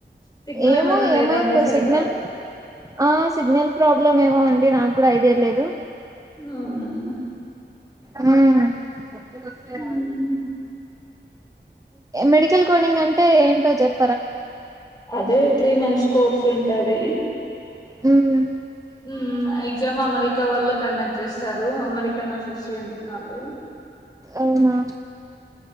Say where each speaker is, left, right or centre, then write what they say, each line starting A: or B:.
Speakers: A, on the left; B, on the right.
A: సిగ్నల్
B: ఏమో
A: ఏమన్నా లేదా
B: ఏమైందో
A: మీ సైడు
B: సిగ్నల్ ఆ సిగ్నల్ ప్రాబ్లమ్ ఏమో అండి నాకు కూడా ఐడియా లేదు
A: అవున
B: మ్మ్ స్తే
A: మ్మ్.
B: మెడికల్ కోడింగ్ అంటే ఏంటో చెప్
A: అదే త్రీ మంత్స్ కోర్స్ ఉంటది
B: మ్మ్
A: మ్మ్ మ్మ్ ఎగ్జామ్ అమెరికా వాళ్ళు కండక్ట్ చేస్తారు అమెరికన్ అసోసియేషన్ వాళ్ళు
B: అవునా